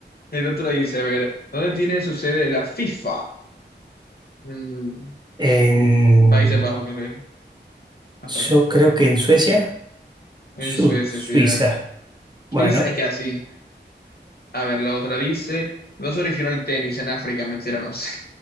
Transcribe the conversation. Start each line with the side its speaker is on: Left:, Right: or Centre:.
Left: El otro dice, a ver, ¿dónde tiene su sede la FIFA? Mm,
Right: En-
Left: Países Bajos, creo que. Ah,
Right: yo
Left: pa-
Right: creo que en Suecia.
Left: En
Right: Su-
Left: Suecia,
Right: Suiza.
Left: sí era.
Right: Bueno,
Left: Suiza, es que así. A ver, la otra dice, ¿no se originó el tenis en África? Mentira, no sé.